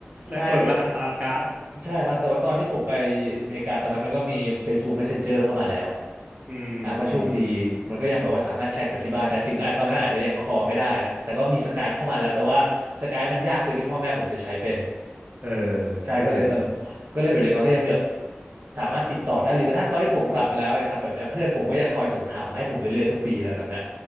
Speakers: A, on the right (about 35°); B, on the right (about 55°).
A: แล้วกดรหัสตามการ์ด
B: ใช่เลยใช่ครับ แต่ว่าตอนที่ผมไปอเมริกาตอนนั้นมันก็มี Facebook Messenger เข้ามาแล้ว
A: อืมอืมอืม
B: อ่ะก็โชคดีมันก็ยังแบบว่าสามารถแชทกับที่บ้านได้ถึงอ่ะตอนนั้นอาจจะยังคอไม่ได้นะแต่ก็มีสกายเข้ามาแล้วแต่ว่าสกายมันยากเกินที่พ่อแม่ผมจะใช้เป็น
A: เออ
B: ใช่ก็เลยเออ
A: ก็จริง
B: ก็เลยแบบอย่างน้อยก็ยังมีแบบสามารถติดต่อได้หรือกระทั่งตอนที่ผมกลับมาแล้วนครับแบบเนี้ยเพื่อนผมก็ยังคอยส่งข่าวมาให้ผมเรื่อยๆทุกปีแล้วแบบเนี้ย